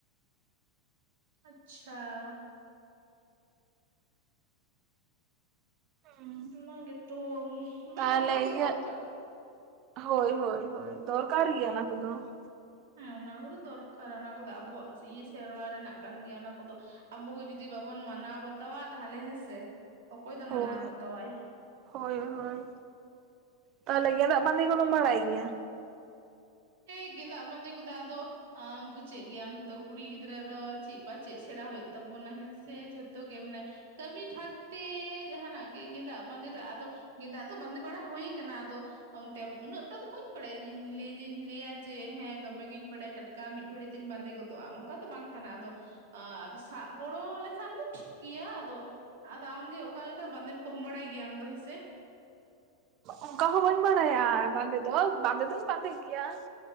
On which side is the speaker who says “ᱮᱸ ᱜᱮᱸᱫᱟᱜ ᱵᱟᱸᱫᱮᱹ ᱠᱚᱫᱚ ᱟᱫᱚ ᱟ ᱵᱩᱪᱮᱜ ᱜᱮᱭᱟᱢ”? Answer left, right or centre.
Right